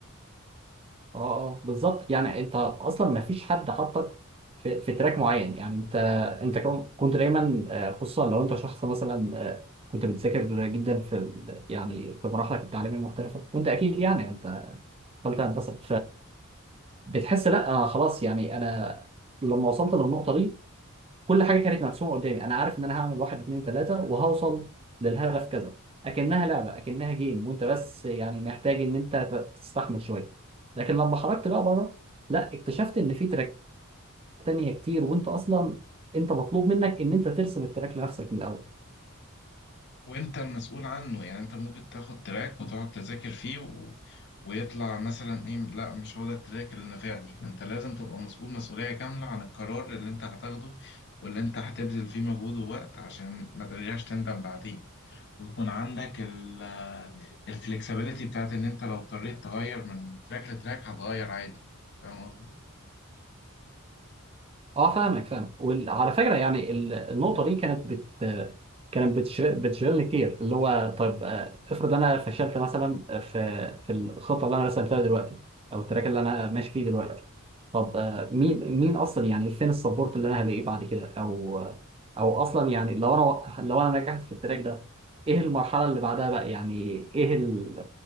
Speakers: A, on the right; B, on the left.
A: اه اه بالظبط يعني انت اصلا ما فيش حد حطك في, في تراك معين يعني انت انت كون- كنت دايما آه، خصوصا لو انت شخص مثلا آه، كنت بتذاكر جدا في ال- يعني في مراحلك التعليميه المختلفه وانت اكيد يعني انت ثالثه هندسه بتحس لا آه خلاص يعني انا لما وصلت للنقطه دي كل حاجه كانت مرسومه قدامي انا عارف ان انا هعمل واحد اتنين تلاته وهوصل للهدف كذا اكنها لعبه اكنها جيم وانت بس يعني محتاج ان انت تستحمل شويه لكن لما خرجت بقى بره لا اكتشفت ان في تراك تانية كتير وانت اصلا انت مطلوب منك ان انت ترسم التراك لنفسك من الاول
B: وانت المسؤول عنه يعني انت ممكن تاخد تراك وتقعد تذاكر فيه و... ويطلع مثلا ايه لا مش هو ده التراك اللي نفعني فانت لازم تبقى مسؤول مسؤولية كاملة عن القرار اللي انت هتاخده واللي انت هتبذل فيه مجهود ووقت عشان ما ترجعش تندم بعدين ويكون عندك ال الفلكسبيليتي بتاعت ان انت لو اضطريت تغير من تراك لتراك هتغير عادي فاهم قصدي
A: اه فاهمك فاهم وعلى فكره يعني ال- النقطه دي كانت بت كانت بتش- بتشغلني كتير اللي هو طيب آه، افرض انا فشلت مثلا في في الخطه اللي انا رسمتها دلوقتي او التراك اللي انا ماشي فيه دلوقتي طب آه، مين مين اصلا يعني فين السبورت اللي انا هلاقيه بعد كده او او اصلا يعني لو انا لو انا نجحت في التراك ده ايه المرحله اللي بعدها بقى يعني ايه ال...